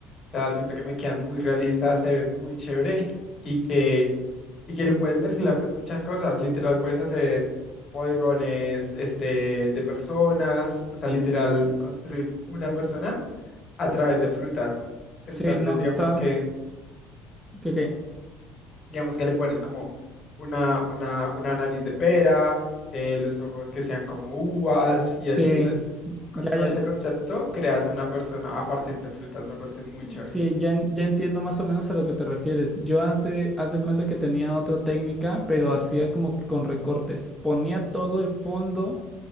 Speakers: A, on the left; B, in the centre.
A: O sea, siento que me quedan muy realistas, se ve muy chévere y que, y que lo puedes mezclar con muchas cosas. Literal, puedes hacer bodegones este, de personas, o sea, literal, construir una persona a través de frutas.
B: Sí,
A: Entonces,
B: no,
A: digamos
B: ¿sabes?
A: que
B: ¿Qué qué?
A: digamos que le pones como una, una, una nariz de pera, eh, los ojos que sean como uvas y
B: Sí,
A: así. Entonces, con
B: ya,
A: todo
B: ya,
A: este concepto, creas una persona a partir de frutas. Me parece muy chévere.
B: sí, ya, en- ya entiendo más o menos a lo que te refieres. Yo haz de, haz de cuenta que tenía otra técnica, pero hacía como que con recortes. Ponía todo el fondo,